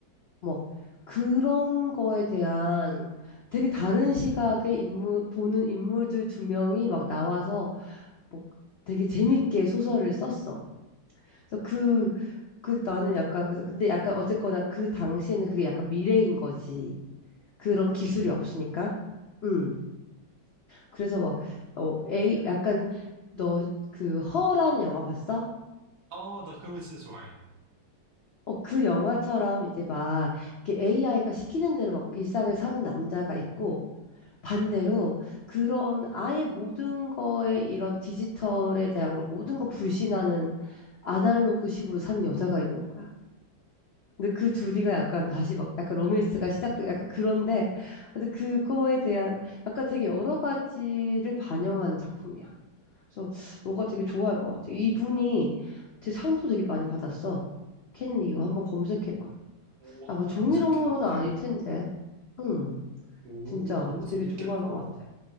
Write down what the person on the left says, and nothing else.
뭐 그런 거에 대한 되게 다른 시각의 인물 보는 인물들 두 명이 막 나와서 뭐 되게 재밌게 소설을 썼어. 그래서 그, 그 나는 약간 그래서 근데 약간 어쨌거나 그 당시에는 그게 약간 미래인 거지. 그런 기술이
없으니까. 음. 그래서 막, 어, 에이, 약간 너 그 허라는 영화 봤어?
어, 그 영화처럼 이제 막 이렇게 AI가 시키는 대로 막 일상을 사는 남자가 있고 반대로 그런 아예 모든 거에 이런 디지털에 대한 걸 모든 거 불신하는 아날로그식으로 산 여자가 있는 거야. 근데 그 둘이가
약간 다시 막 약간 로맨스가 시작되고 약간 그런데 근데 그거에 대한 약간 되게 여러 가지를 반영하는 작품이야. 그래서 너가 되게 좋아할 것 같아. 이분이 되게 상도 되게 많이 받았어. 켄 리우 한번 검색해봐.
아,
뭐 종이동무로는
아닐 텐데. 응,
진짜
되게 좋아할 것 같아.